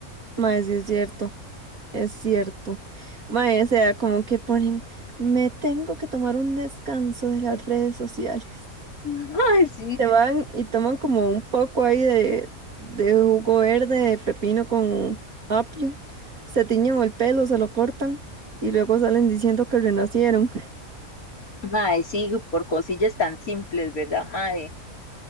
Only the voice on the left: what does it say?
<laughs> Mae, sí.
Mae, sí, por cosillas tan simples, ¿verdad, mae?